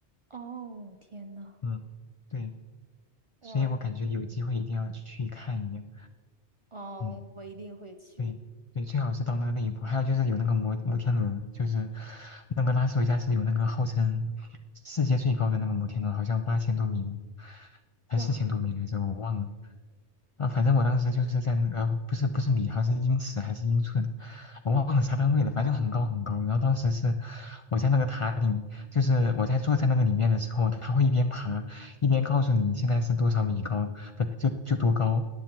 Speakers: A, on the right; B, on the left.
A: 哦，天呐，
B: 嗯，对，
A: 我
B: 所以我感觉有机会一定要去看一眼。
A: 哦，
B: 嗯。
A: 我一定会去，
B: 对对，最好是到那个那一步。还有就是有那个摩摩天轮，就是那个拉斯维加斯有那个号称世界最高的那个摩天轮，好像八千多米呢，还四千多米来着，
A: 哇，哇、
B: 我忘了。啊，反正我当时就是在那个，不是不是米，好像是英尺还是英寸，我忘了啥单位了，反正就很高很高。然后当时是我在那个塔顶，就是我在坐在那个里面的时候，他会一边爬一边告诉你现在是多少米高，不就就多高。